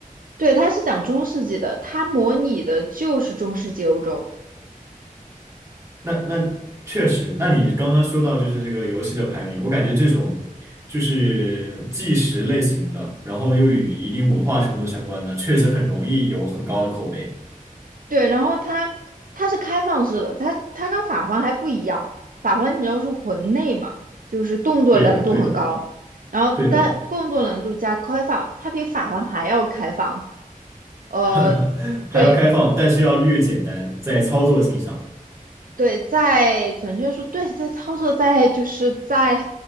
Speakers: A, on the right (about 70°); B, on the right (about 20°).
A: 对，它是讲中世纪的，它模拟的就是中世纪欧洲。
B: 那那确实，那你刚刚说到就是这个游戏的排名，我感觉这种就是纪实类型的，然后又与一定文化程度相关的，确实很容易有很高的口碑。
A: 对，然后它它是开放式的，它它跟法环还不一样。法环你知道是魂类嘛，就是动作难度很高，
B: 对的，对的，
A: 然后但动作难度加开放，
B: 对的，
A: 它比法环还要开放。呃，
B: <laughs> 还要开放，
A: 对
B: 但是要略简单，在操作性上。
A: 对，在准确说，对，在操作在就是在